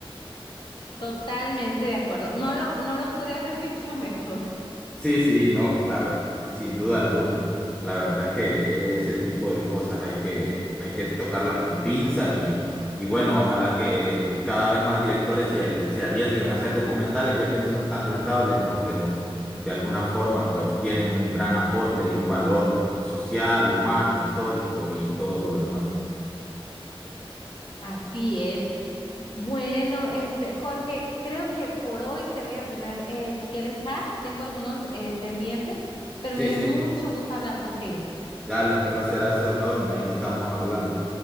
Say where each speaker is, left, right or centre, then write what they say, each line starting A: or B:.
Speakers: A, on the left; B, in the centre.
A: Totalmente de acuerdo. No lo, no lo pude haber <laughs> dicho mejor.
B: Sí, sí, no, claro, sin duda alguna. La verdad es que ese tipo de cosas hay que, hay que tocarlas con pinzas y, y bueno, ojalá que el- cada vez más directores se, se arriesguen a hacer documentales, ya que no son tan rentables, ¿no? Pero de alguna forma, pues tienen un gran aporte y un valor social, humano, histórico y todo lo demás.
A: Así es. Bueno, este, Jorge, creo que por hoy te voy a tener eh, que dejar. Tengo algunos eh, pendientes, pero
B: Sí,
A: me dio
B: sí,
A: mucho gusto hablar contigo.
B: dale, un placerazo enorme, ahí estamos hablando.